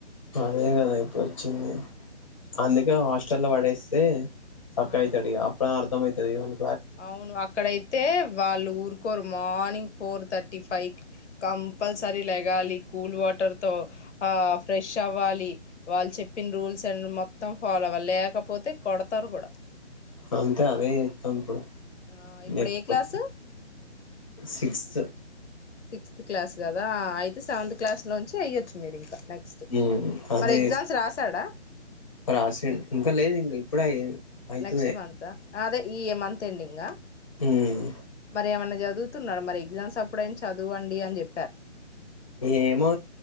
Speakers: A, on the left (about 30°); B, on the left (about 75°).
A: అదే కదా ఇప్పుడు వచ్చింది అందుకే
B: ఆ
A: హాస్టల్ లో పడేస్తే అదే సక్కగా
B: ఆ
A: అయితడిగా అప్పు అమ్ అయిది ఇవను
B: అవును అక్కడయితే వాళ్ళు ఊరుకోరు మార్నింగ్ ఫోర్ థర్టీ ఫైవ్కి కంపల్సరీ లెగాలి కూల్ వాటర్తో ఆ ఫ్రెష్ అవ్వాలి వాళ్ళు చెప్పిన రూల్స్ అ మొత్తం ఫాలో అవ్వాలి లేకపోతే కొడతారు కూడా
A: అంతే అదే చేస్తాం ఇప్పుడు
B: ఆ ఇప్పుడు
A: లేకపోతే
B: ఏ క్లాసు
A: సిక్స్త్
B: సిక్స్త్ క్లాస్ కదా అయితే సెవెంత్ క్లాస్ లోంచి ఏయ్యొచ్చు మీరు ఇంకా నెక్స్ట్
A: హ్మ్మ్ అదే
B: మరి ఎగ్జామ్స్ రాసాడా
A: రాసి ఇంకా లేదు ఇం ఇప్పుడే అయితుంది
B: నెక్స్ట్ మంత అదే ఈ మంత్ ఎండింగ్
A: ఉమ్
B: మరి ఏమన్నా చదువు న్నా మరి ఎగ్ామ్స్ అప్పుడై చదువండి అని చెప్పి
A: ఏమో